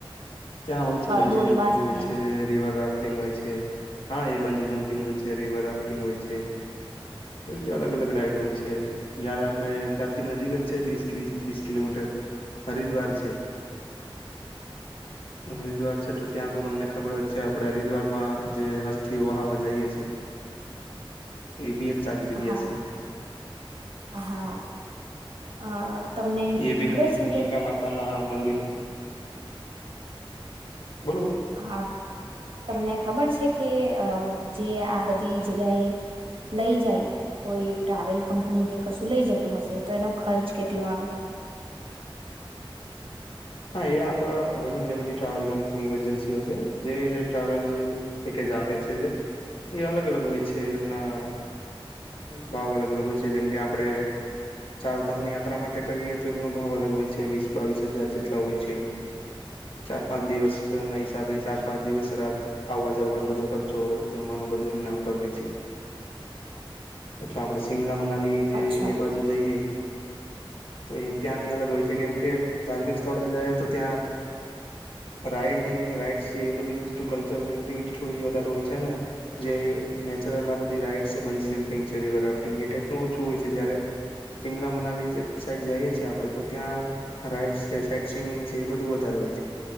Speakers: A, on the left; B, on the right.
A: ત્યાં હોય છે બંજી
B: દોરી
A: જમ્પિંગ
B: બાંધીને
A: હોય છે રિવર રાફ્ટિંગ હોય છે. હા એ બંજી જમ્પિંગ હોય છે રિવર રાફ્ટિંગ હોય છે એવી તો અલગ અલગ રાઈડ હોય છે જયારે આપણે ત્યાંથી નજીક જ છે વીસ વીસ ત્રીસ કિલોમીટર હરિદ્વાર છે. હરિદ્વાર છે તો ત્યાં તો તમને ખબર જ છે આપડે હરિદ્વારમાં જે અસ્થિઓ વહા વા જઈ છે એ બી સારી જગ્યા
B: હા
A: છે
B: હા અ તમને
A: એ ભી
B: ખબર
A: ગ
B: છે કે
A: ગંગા માતા ના મંદિર બોલો બોલો
B: હા તમને ખબર છે કે અ જે આ બધી જગ્યાએ લઈ જાય કોઈ ટ્રાવેલ કંપની કે કશું લઈ જતું હશે તો એનો ખર્ચ કેટલો આવે?
A: <inaudible> હા એ આપડા ઘણી જે બધી ટ્રાવેલ કંપની એજન્સીઓ છે જે ટ્રાવેલ પેકેજ આપે છે જે એ અલગ અલગ હોય છે એમના ભાવ અલગ અલગ હોય છે જેમ કે આપડે ચારધામની યાત્રા માટે કરીએ તો એમનો ભાવ અલગ હોય છે વીસ બાવીસ હજાર જેટલા હોય છે ચાર પાંચ દિવસ ના હિસાબે ચાર પાંચ દિવસ રાત આવવા જવાનો બધો ખર્ચો જમવાનો નું બધું એમના ઉપર હોય છે પછી આપણે શિમલામાં મનાલી જે
B: અચ્છા
A: એ બાજુ જઈએ તો એ ત્યાંની અલગ હોય છે કેમ કે ધાર્મિક સ્થળો જાય તો ત્યાં રાઈડ ને રાઈડ છે એ બધી વસ્તુ કલ્ચરલ એક્ટિવિટી થોડી વધારે હોય છે ને જે નેચરલ આ બધી રાઈડસ છે બજી જમ્પિંગ છે રિવર રાફ્ટિંગ એ ટાઈપનું ઓછું હોય છે જયારે શિમલા મનાલી જે સાઈડ જાઈએ છે આપડે તો ત્યાં રાઇડ્સ કે સાઈટ સિનિંગ છે એ બધું વધારે હોય છે.